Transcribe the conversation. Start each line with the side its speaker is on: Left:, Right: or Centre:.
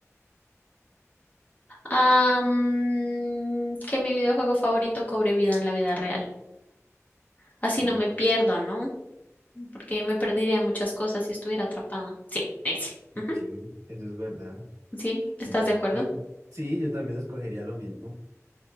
Left: Am, que mi videojuego favorito cobre vida en la vida real. Así
Right: Ok,
Left: no me pierdo, ¿no? Porque me perdería muchas cosas si estuviera atrapada. Sí, ese. Ujú,
Right: sí, eso es verdad.
Left: Sí,
Right: Sí,
Left: ¿estás de acuerdo?
Right: yo, sí, yo también escogería lo mismo.